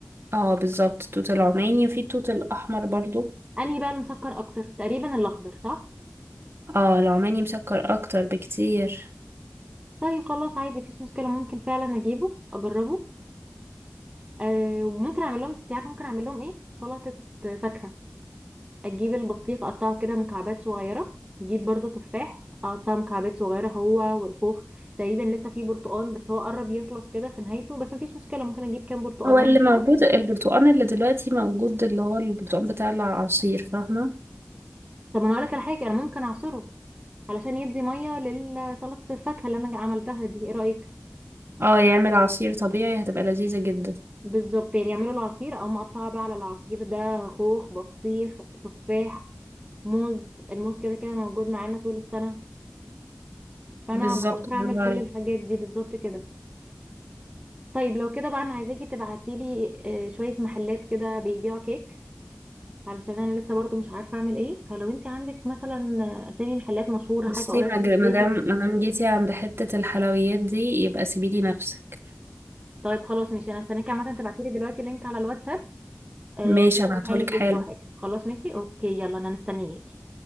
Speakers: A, on the right; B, on the right.
A: اه بالظبط التوت العماني وفي التوت الاحمر برضو
B: انهي بقى المسكر اكتر تقريبا الاخضر صح
A: اه العماني مسكر اكتر بكتير
B: طيب خلاص عادي مفيش مشكله ممكن فعلا اجيبه اجربه أه وممكن اعمل لهم انت عارفه ممكن اعمل لهم ايه سلطه فاكهه اجيب البطيخ اقطعه كده مكعبات صغيره اجيب برضو تفاح اقطعه مكعبات صغيره هو والخوخ تقريبا لسه فيه برتقان بس هو قرب يخلص كده في نهايته بس مفيش مشكله ممكن اجيب كام برتقانيه
A: هو اللي موجود
B: كده
A: البرتقال اللي دلوقتي موجود اللي هو البرتقال بتاع العصير فاهمة
B: طب انا هقول لك على حاجه انا ممكن اعصره علشان يدي ميه لسلطه الفاكهه اللي انا عملتها دي ايه رايك
A: اه يعمل عصير طبيعي هتبقى لذيذة جدا
B: بالظبط يعني يعملوا العصير او مقطعه بقى على العصير ده خوخ بطيخ تفاح موز الموز كده كده موجود معانا طول السنه فانا
A: بالظبط
B: بفكر اعمل
A: برافو
B: كل
A: عليكي.
B: الحاجات دي بالظبط كده طيب لو كده بقى انا عايزاكي تبعتيلي آه، شوية محلات كده بيبيعوا كيك علشان انا لسه برضو مش عارفة اعمل ايه فلو انت عندك مثلا آه، اسامي محلات مشهورة
A: بصي
B: حاجة قريبة
A: ما
B: من
A: جا- ما
B: بيتك
A: دام ما دام جيتي عند حتة الحلويات دي يبقى سيبيلي نفسك
B: طيب خلاص ماشي انا هستناكي عامة تبعتيلي دلوقتي لينك على الواتساب آه،
A: ماشي
B: في
A: هبعتهولك
B: محل كيك
A: حالا
B: او حاجة خلاص ماشي اوكي يلا انا مستنياكي